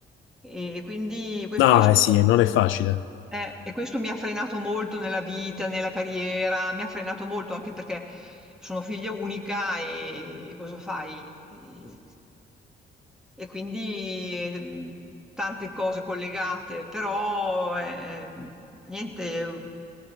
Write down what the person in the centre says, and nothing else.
E quindi que-
questo
eh, e questo mi ha frenato molto nella vita, nella carriera, mi ha frenato molto anche perché sono figlia unica e cosa fai? E, e quindi ehm, tante cose collegate, però eh, ehm, niente,